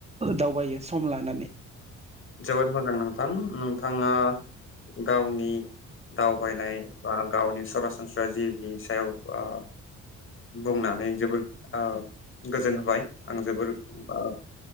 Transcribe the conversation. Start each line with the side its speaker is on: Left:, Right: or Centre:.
Right: दावबायो सम लानानै
Left: जोबोद मोजां नोंथां नोंथाङा गावनि दावबायनाय बा गावनि सरासनस्रा जिनि सायाव आ बुंनानै जोबोर आ गोजोन होबाय आं जोबोर आ